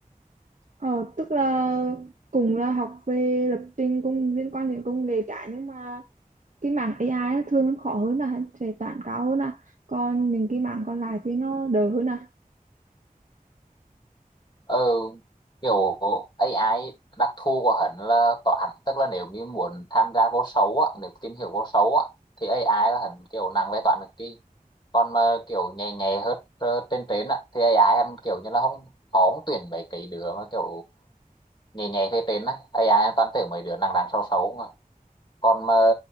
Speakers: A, on the right (about 55°); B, on the left (about 30°).
A: Ờ, tức là cùng là học về lập trình cùng liên quan đến công nghệ cả nhưng mà cái mảng AI nó thường khó hơn là sẽ toán cao hơn à còn những cái mảng còn lại thì nó đỡ hơn à
B: ừ, kiểu AI đặc thù của hắn là toán tức là nếu như muốn tham gia vô số á nếu tìm hiểu vô số á thì AI là hắn kiểu nặng về toán cực kỳ còn mà kiểu nhẹ nhẹ hết ờ, trên trên á thì AI hắn kiểu như là không khó không tuyển mấy cái đứa mà kiểu nhẹ nhẹ phía trên á AI hắn toàn tuyển mấy đứa nặng nặng xấu xấu mà còn mà